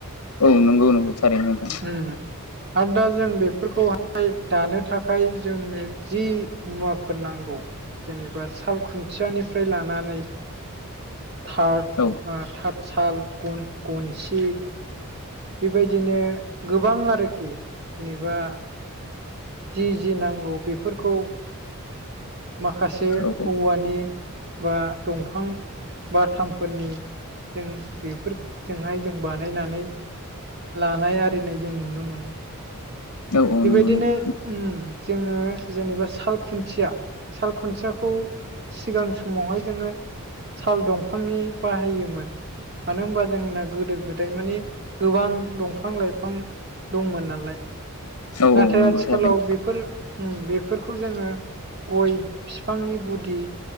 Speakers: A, on the left (about 75°); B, on the right (about 50°).
A: औ नंगौ नोंथां थारैनो।
B: उम हम आरो दा जों बेफोरखौहाय दानो थाखाय जोंनो जि मुवाफोर नांगौ। जेनेबा साल खुन्थियानिफ्राय लानानै थार
A: औ
B: ओ थारत साल गन-गनसि बेबायदिनो गोबां आरोखि जेनेबा जि जि नांगौ बेफोरखौ माखासे
A: औ
B: औवानि बा दंफां बाथामफोरनि जों बेफोरजोंहाय जों बानायनानै लानाय आरिनाय जों नुनो मोनो।
A: औ
B: बेबायदिनो
A: नंगौ नंगौ
B: उम जोङो जेनेबा साल खुन्थिया साल खुन्थियाखौ सिगां समावहाय जोङो साल दंफांनि बाहायोमोन। मानो होनबा जोंना गोदो गोदाय मानि गोबां दंफां लाइफां दंमोन नालाय
A: औ
B: नाथाय
A: औ नंगौ
B: आथिखालाव
A: थारैनो
B: बेफोर उम बेफोरखौ जोङो गय बिफांनि गुदि